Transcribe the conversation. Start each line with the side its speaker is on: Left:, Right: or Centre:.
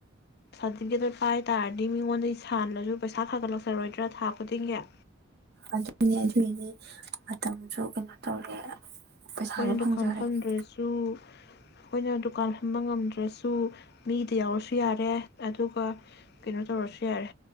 Left: ꯁꯥꯔꯇꯤꯀꯤꯗꯣ ꯄꯥꯏ ꯇꯥꯔꯗꯤ ꯃꯤꯉꯣꯟꯗ ꯁꯥꯟꯅꯁꯨ ꯄꯩꯁꯥ ꯈꯥꯒꯠꯂꯛꯆꯔꯣꯏꯗ꯭ꯔꯥ ꯊꯥ ꯈꯨꯗꯤꯡꯒꯤ
Right: ꯑꯗꯨꯅꯦ ꯑꯗꯨꯏꯅꯦ ꯃꯇꯝꯁꯨ ꯀꯩꯅꯣ ꯇꯧꯔꯦ ꯄꯩꯁꯥꯁꯨ
Left: ꯈꯣꯏꯅ ꯗꯨꯀꯥꯟ
Right: ꯐꯪꯖꯔꯦ
Left: ꯐꯝꯗ꯭ꯔꯖꯨ
Right: ꯌꯥꯔꯦ.
Left: ꯈꯣꯏꯅ ꯗꯨꯀꯥꯟ ꯐꯟꯝꯕ ꯉꯝꯗ꯭ꯔꯁꯨ ꯃꯤꯗ ꯌꯥꯎꯔꯁꯨ ꯌꯥꯔꯦ ꯑꯗꯨꯒ ꯀꯩꯅꯣ ꯇꯧꯔꯁꯨ ꯌꯥꯔꯦ